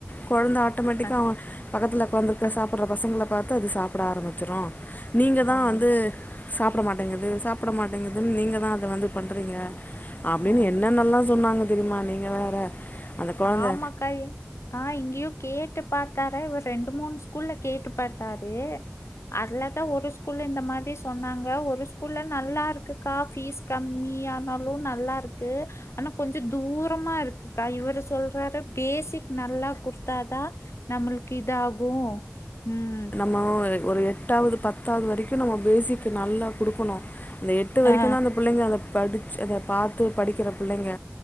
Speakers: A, on the left (about 40°); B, on the left (about 80°).
A: கொழந்த ஆட்டோமேட்டிக்கா
B: அ
A: அவெ பக்கத்துல ஒக்காந்துருக்க
B: அ
A: சாப்பட்ற பசங்கள பாத்து அது சாப்ட ஆரம்பிச்சிரு நீங்க தா
B: ஆமா.
A: வந்து சாப்ட மாட்டேங்குது சாப்ட மாட்டேங்குதுன்னு நீங்க தா அத வந்து பண் றிங்க அப்டின்னு
B: அ
A: என்னென்னலா சொன்னாங்க தெரியுமா நீங்க வேற அந்த கொழந்த
B: ஆமாக்காய் ஆ இங்கயு கேட்டு பாத்தாரு இவுரு ரெண்டு மூணு ஸ்கூல்ல கேட்டு பாத்தாரு அதுலதா ஒரு ஸ்கூல்ல இந்த மாதிரி சொன்னாங்க ஒரு ஸ்கூல்ல நல்லா இருக்குக்கா ஃபீஸ் கம்மி யானாலு நல்லா இருக்கு ஆனா கொஞ்சோ தூரமா இருக்குக்கா இவுரு சொல்றாரு பேசிக் நல்லா குடுத்தாதா நம்ளுக்கு இதாகு ம்
A: மோய் ஒரு எட்டாவது பத்தாவது வரைக்கும் நம்ம பேசிக் நல்லா குடுக்கணு இந்த எட்டு வரைக்குதா
B: ஆ
A: அந்த புள்ளைங்க அத படிச்சி அத பாத் த்து படிக்கிற புள்ளைங்க